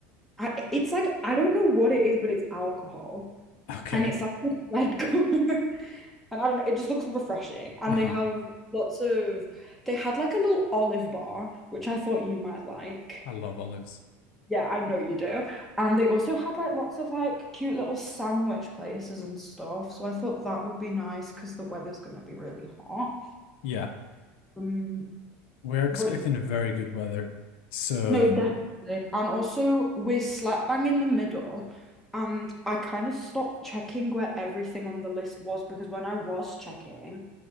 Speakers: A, in the centre; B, on the left.
A: I, it's like I don't know what it is, but it's alcohol
B: Okay.
A: and it's like a red <laughs> color. And I don't know, it just looks refreshing. And
B: Uh-huh.
A: they have lots of, they had like a little olive bar, which I thought you might like.
B: I love olives.
A: Yeah, I know you do. And they also had like lots of like cute little sandwich places and stuff. So I thought that would be nice because the weather's going to be really hot.
B: Yeah.
A: Um,
B: We're expecting
A: but y-
B: very good weather. So
A: no, definitely. And also, we're slap bang in the middle. And I kind of stopped checking where everything on the list was because when I was checking,